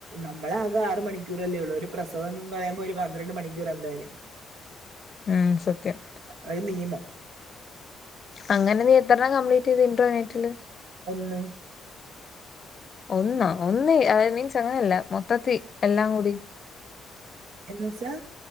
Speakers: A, on the right; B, on the left.
A: നമ്മള് ആകെ ആറ് മണിക്കൂറല്ലേ ഉള്ളൂ ഒരു പ്രസവം ന്നും പറയുമ്പോ ഒരു പന്ത്രണ്ട് മണിക്കൂർ എന്തായാലും കാണും
B: ഉം സത്യം
A: അഅ് മിനിമം
B: അങ്ങനെ നീ എത്രെണ്ണം കംപ്ലീറ്റീതു ഇൻട്രോനെറ്റില്
A: ഒന്ന്
B: ഒന്നാ ഒന്ന് എ അതായത് മീൻസ് അങ്ങനെയല്ല മൊത്തത്തി എല്ലാം കൂടി
A: എന്ന്വെച്ചാ